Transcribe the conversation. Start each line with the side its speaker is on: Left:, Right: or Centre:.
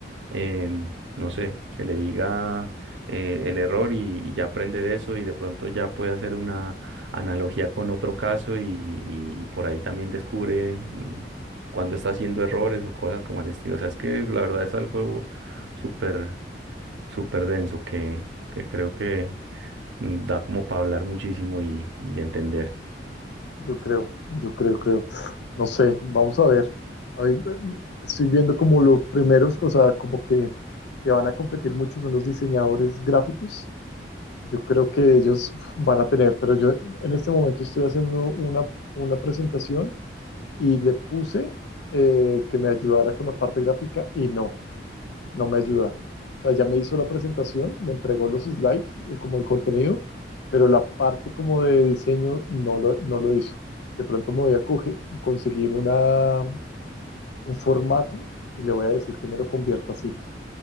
Right: em, no sé, se le diga eh, el error y, y ya aprende de eso y de pronto ya puede hacer una analogía con otro caso y, y- y por ahí también descubre mm, cuando está haciendo errores o cosas como el estilo. O sea, es que la verdad es algo súper, súper denso que, que creo que mm, da como para hablar muchísimo y, y entender.
Left: Yo creo, yo creo, creo. No sé, vamos a ver. A mí, eh, estoy viendo como los primeros, o sea, como que, que van a competir mucho son los diseñadores gráficos Yo creo que ellos van a tener, pero yo en este momento estoy haciendo una, una presentación y le puse eh, que me ayudara con la parte gráfica y no, no me ayuda. O sea, ya me hizo la presentación, me entregó los slides, eh, como el contenido, pero la parte como de diseño no lo, no lo hizo. De pronto me voy a coge- conseguir una, un formato y le voy a decir que me lo convierta así.